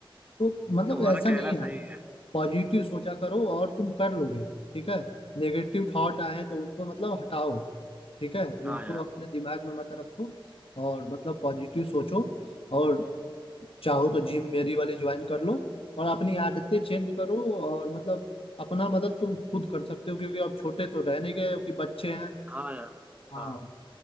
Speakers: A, on the left; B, on the right.
A: तो मतलब
B: तुम्हारा
A: ऐसा
B: कहना
A: नहीं
B: सही
A: है
B: है
A: पॉजिटिव सोचा करो और तुम कर लोगे ठीक है नेगेटिव थॉट आए तो उनको मतलब हटाओ ठीक है उनको
B: हाँ यार
A: अपने दिमाग में मत रखो और मतलब पॉजिटिव सोचो और चाहो तो जिम मेरी वाली ज्वाइन कर लो और अपनी आदतें चेंज करो और मतलब अपना मदद तुम खुद कर सकते हो क्योंकि अब छोटे तो रह नहीं गए हो कि बच्चे हैं
B: हाँ हाँ यार
A: हाँ
B: हाँ